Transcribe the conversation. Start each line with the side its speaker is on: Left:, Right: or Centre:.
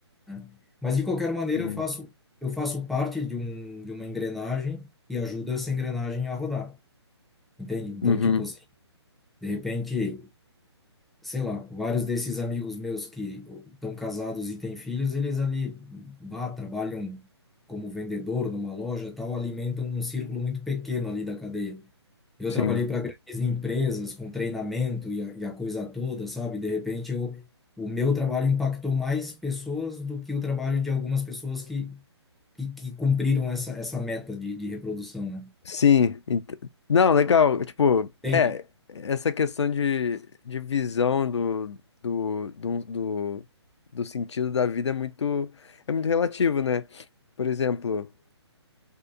Centre: né? Mas de qualquer maneira
Left: Sim.
Centre: eu faço eu faço parte de um de uma engrenagem e ajuda essa engrenagem a rodar. Entende? Então,
Left: Uhum.
Centre: tipo assim, de repente, sei lá, vários desses amigos meus que estão casados e têm filhos, eles ali bah, trabalham como vendedor numa loja, e tal, alimentam um círculo muito pequeno ali da cadeia. Eu
Left: Sim.
Centre: trabalhei para grandes empresas com treinamento e a, e a coisa toda, sabe? De repente, eu, o meu trabalho impactou mais pessoas do que o trabalho de algumas pessoas que, que, que cumpriram essa, essa meta de, de reprodução, né?
Left: Sim, ent- não, legal, tipo,
Centre: Entende?
Left: é, essa questão de, de visão do, do, do, do, do sentido da vida é muito, é muito relativo, né? Por exemplo,